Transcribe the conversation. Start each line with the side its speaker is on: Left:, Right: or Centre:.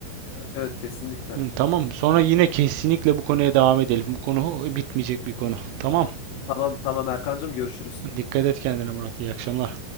Left: Evet evet kesinlikle.
Right: Hı, tamam. Sonra yine kesinlikle bu konuya devam edelim. Bu konu bitmeyecek bir konu. Tamam.
Left: Tamam. Tamam tamam Erkancığım görüşürüz.
Right: Dikkat et kendine Murat. İyi akşamlar.